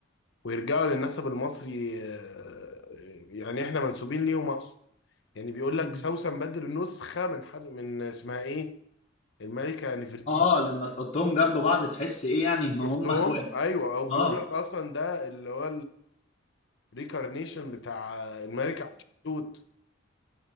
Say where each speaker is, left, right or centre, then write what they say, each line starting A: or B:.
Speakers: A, on the left; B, on the left.
A: ويرجعوا للنسب المصري آه، يعني احنا منسوبين ليهم اقصد يعني بيقول لك
B: <laughs>
A: سوسن بدر نسخه من حد من اسمها ايه الملكه نفرتيتي
B: اه لما تحطهم جنب بعض تحس ايه يعني ان هم
A: شفتهم
B: اخوات
A: ايوه او بيقول
B: اه
A: لك اصلا ده اللي هو الريكارنيشن بتاع الملكه حتشبسوت